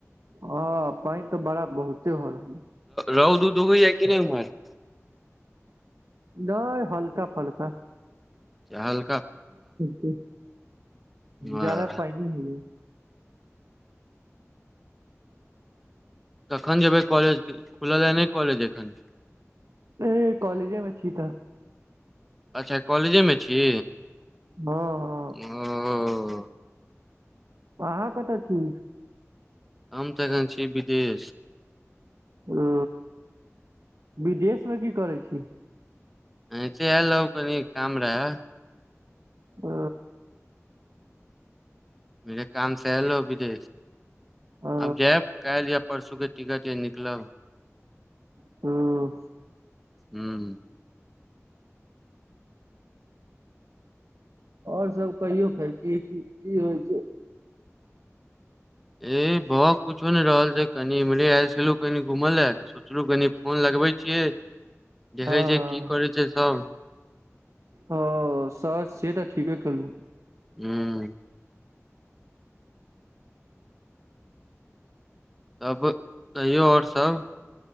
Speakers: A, on the right (about 75°); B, in the centre.
A: हँ पान तऽ बड़ा बहुते भऽ रहलय
B: रौद उगि गेलै की नहि, ओ?
A: नेई हल्का फुलका
B: चल।
A: ज
B: वाह,
A: जारा पायने है <unintelligible>
B: तऽ कखन जेबै कॉलेज खुल यै नहि कॉलेज एखन
A: ए कॉलेजे मे छी त।
B: अच्छा कॉलेजे मे छी
A: हँ, हँ।
B: ओ।
A: अहाँ कतऽ छी
B: हम तऽ एखन छियै विदेश।
A: ओ विदेश मे कि करै छी।
B: एने आयल राहू कनि काम रहै।
A: ओ।
B: मे काम से एलो विदेश
A: ओ
B: अब जायब काल्हि या। परसुके टिकटये निकलब।
A: हँ।
B: हूँ।
A: आओर सभ कहियौ फेर कि होइ छै।
B: ए भह कुछो नै रहल छै कनि ईमहरे आयलु छलु कनि घुमऽ लए तऽ सोचलहुँ कनि फोन लगबै छियै, देखै
A: हँ
B: छियै,
A: हँ
B: कि करै छै सभ
A: हँ से तऽ ठीके कहलू।
B: हू। तब कहियो आओर सभ।